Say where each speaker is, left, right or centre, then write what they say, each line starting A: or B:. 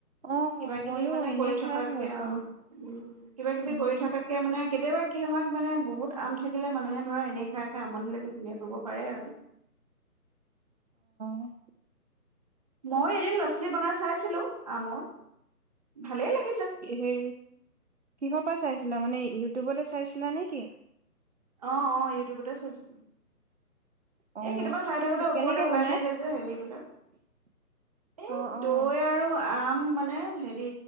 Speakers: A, on the right (about 45°); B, on the right (about 25°).
A: অ
B: কিবা কিবি
A: মইয়ো
B: মানে
A: এনেই
B: কৰি
A: খাই
B: থকাতকে
A: ভাল পাওঁ
B: অ', উ কিবা কিবি
A: উম,
B: কৰি থকাত তাকে মানে কেতিয়াবা কি হয় মানে বহুত আম থাকিলে মানুহে ধৰা এনেই খাই, খাই আমনি লাগে তেনেকে খাব পাৰে আৰু। <inaudible>
A: অ
B: মই এদিন লচি বনাই চাইছিলোঁ আমৰ ভালেই লাগিল।
A: হে কিহৰ পৰা চাইছিলা মানে ইউটিউবতে চাইছিলা নে কি।
B: অ', অ', ইউটিউবতে চাইছোঁ।
A: অ',
B: এই কেতিয়াবা চাই থাকোতে ওপৰতে
A: কেনেকে
B: ওলাই
A: বনাই?
B: থাকে যে হেৰি এইবিলাক। এই
A: অ',
B: দৈ
A: অ',
B: আৰু আম মানে হেৰি